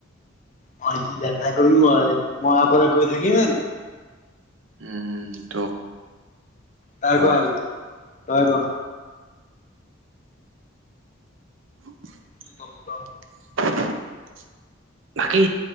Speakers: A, on the left; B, on the right.
A: মই কি <unintelligible> মইক কৈ থাকিমে জানো।
B: উম ত
A: তাই
B: হয়
A: কো আজি তই কো?
B: <unintelligible>
A: কি কবি ক
B: বাকি,